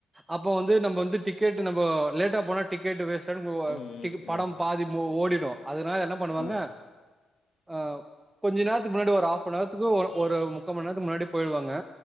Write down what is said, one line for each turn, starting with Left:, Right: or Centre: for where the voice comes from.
Right: அப்போ வந்து நம்ப வந்து டிக் டிக்கெட் நம்போ லேட்டா போனா டிக்கெட் வேஸ்ட் ஆய்டு போ ஒ
Left: ம் ம்
Right: டிக்கு படம்
Left: ம்
Right: பாதி மோ ஓடிடு அதனால என்ன பண்ணுவாங்க
Left: ஆ
Right: அ கொஞ்ச நேரத்துக்கு முன்னாடி ஒரு ஹாஃப்னாருத்துக்கு ஒரு ஒரு முக்கா மண் நேரத்துக்கு முன்னாடி போய்டுவாங்க